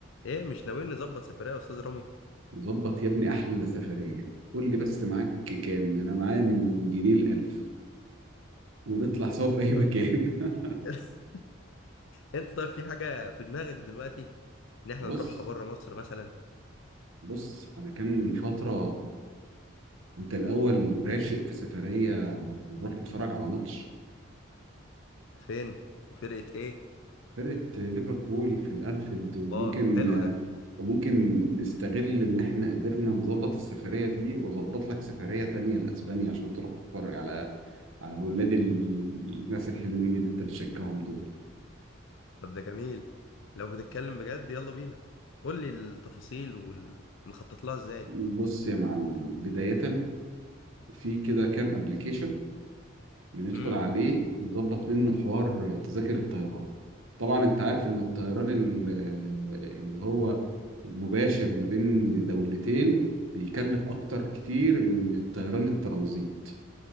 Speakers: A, on the left; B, on the right.
A: ايه مش ناويين نظبط سفرية يا استاذ رامي
B: ظبط يا ابني احلى سفريه قول لي بس معاك كام انا معايا من جنيه الالف ونطلع سوا في اي مكان
A: طب
B: <laughs>
A: <laughs> انت طيب في حاجة في دماغك دلوقتي ان احنا
B: بص
A: نروحها بره مصر مثلا
B: بص انا كان من فتره انت الاول راشق في سفريه نروح نتفرج على ماتش
A: فين وفرقة ايه
B: فرقه ليفربول في الانفيلد وممكن
A: الله حلو ده
B: وممكن نستغل ان احنا قدرنا نظبط السفريه دي واظبط لك سفريه تانية لاسبانيا عشان تروح تتفرج على على اولاد ال- الناس الحلوين اللي انت بتشجعهم دول
A: طب ده جميل لو بتتكلم بجد يلا بينا قول لي التفاصيل والمخطط لها ازاي
B: بص يا معلم بداية في كده كام ابلكيشن بندخل
A: امم
B: عليه نظبط منه حوار تذاكر الطيران طبعا انت عارف ان الطيران ال- اللي هو المباشر ما بين دولتين بيكلف اكتر كتير من الطيران الترانزيت